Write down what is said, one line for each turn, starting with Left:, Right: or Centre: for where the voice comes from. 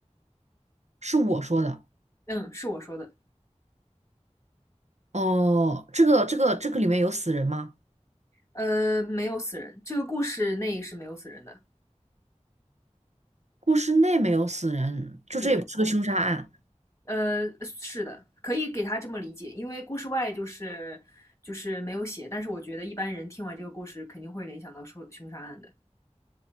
Right: 是我说的。
Left: 嗯，是我说的。
Right: 哦，这个这个这个里面有死人吗？
Left: 呃，没有死人，这个故事内是没有死人的。
Right: 故事内没有死人，就这也不是个凶杀案。
Left: 对，呃，是的，可以给他这么理解，因为故事外就是就是没有写，但是我觉得一般人听完这个故事肯定会联想到说凶杀案的，